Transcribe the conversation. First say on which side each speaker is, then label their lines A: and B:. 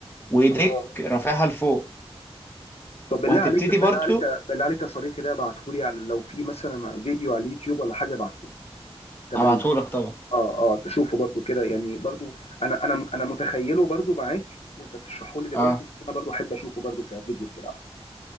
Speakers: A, on the left; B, on the left.
A: وايديك
B: اه
A: رافعها لفوق
B: طب بالله
A: وهتبتدي
B: عليك
A: برضو
B: بالله عليك بالله عليك يا صديقي ده ابعتهولي على لو في مثلا فيديو على اليوتيوب ولا حاجه ابعتهولي تمرين
A: هبعتهولك طبعا
B: اه اه تشوفه برضو كده يعني برضو انا انا انا متخيله برضو معاك وانت بتشرحه لي دلوقتي
A: اه
B: انا برضو احب اشوفه برضو كفيديو كده او حاجه